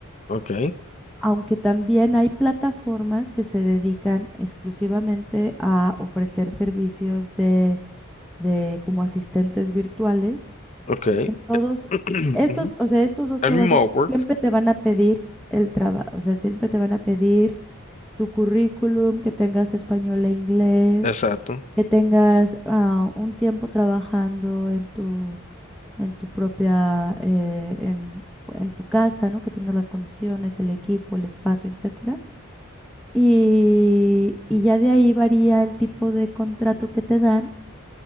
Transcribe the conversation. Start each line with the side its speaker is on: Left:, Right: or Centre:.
Left: ok,
Centre: Aunque también hay plataformas que se dedican exclusivamente a ofrecer servicios de, de como asistentes virtuales
Left: ok.
Centre: En todos
Left: <clears throat>
Centre: estos,
Left: Ujú.
Centre: o sea, estos dos
Left: El
Centre: trabajos
Left: mismo Upwork,
Centre: siempre te van a pedir el trabajo, o sea, siempre te van a pedir tu currículum, que tengas español e inglés,
Left: exacto.
Centre: que tengas ah, un tiempo trabajando en tu, en tu propia, eh, en, en tu casa, ¿no? Que tengas las condiciones, el equipo, el espacio, etcétera. Y, y ya de ahí varía el tipo de contrato que te dan